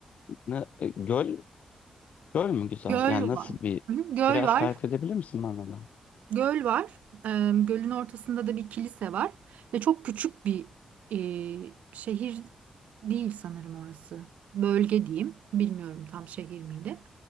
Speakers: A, on the left; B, on the right.
A: Ne, e, göl, göl mü güzel?
B: Göl
A: Yani nasıl
B: var.
A: bir
B: Hı hı, Göl
A: biraz
B: var.
A: tarif edebilir misin bana da?
B: Göl var. Em, gölün ortasında da bir kilise var ve çok küçük bir e, şehir değil sanırım orası. Bölge diyeyim. Bilmiyorum tam şehir miydi.